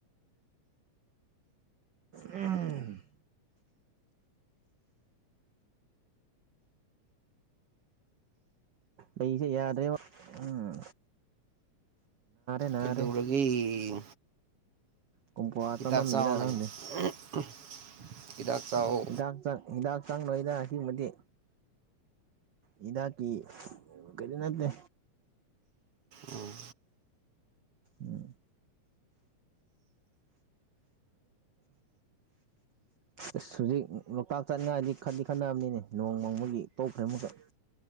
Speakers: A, on the right; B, on the right.
A: ꯎꯝ ꯂꯩꯁꯦ ꯌꯥꯗ꯭ꯔꯦꯕ ꯎꯝ ꯅꯥꯔꯦ
B: ꯀꯩꯗꯧꯔꯒꯦ
A: ꯀꯨꯝ ꯀꯋꯥ
B: ꯍꯤꯗꯥꯛ
A: ꯆꯃꯟꯒꯤꯔ
B: ꯆꯥꯎꯅꯦ
A: ꯈꯪꯗꯦ
B: <inaudible> ꯆꯥꯎ
A: ꯍꯤꯗꯥꯛ ꯆꯪ ꯍꯤꯗꯥꯛ ꯆꯪꯉꯣꯏꯗ ꯑꯁꯤꯒꯨꯝꯕꯗꯤ ꯍꯤꯗꯥꯛꯀꯤ ꯀꯔꯤ ꯅꯠꯇꯦ
B: ꯎꯝ
A: ꯎꯝ ꯑꯁ ꯍꯧꯖꯤꯛ ꯂꯣꯛꯇꯥꯛ ꯆꯥꯠꯅꯤꯡꯉꯥꯏꯗꯤ ꯈꯟꯗꯤ ꯈꯟꯅꯕꯅꯤꯅꯦ ꯅꯣꯡ ꯃꯪꯕꯒꯤ ꯇꯣꯛꯈ꯭ꯔꯦ ꯑꯃꯛꯀ